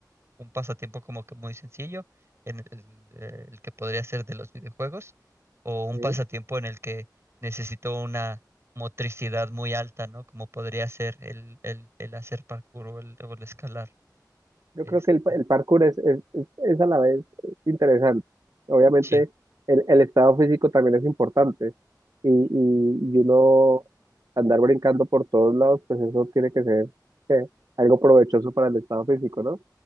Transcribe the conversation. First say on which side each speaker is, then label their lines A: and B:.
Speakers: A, on the right; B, on the right.
A: un pasatiempo como que muy sencillo, en el, eh, el que podría ser de los videojuegos, o un
B: eh,
A: pasatiempo en el que necesito una motricidad muy alta, ¿no? Como podría ser el, el, el hacer parkour o el, o el escalar.
B: yo
A: Este,
B: creo que el, pa- el parkour es, es, es- es a la vez interesante. Obviamente
A: sí,
B: el, el estado físico también es importante y, y, y uno andar brincando por todos lados, pues eso tiene que ser eh, algo provechoso para el estado físico, ¿no?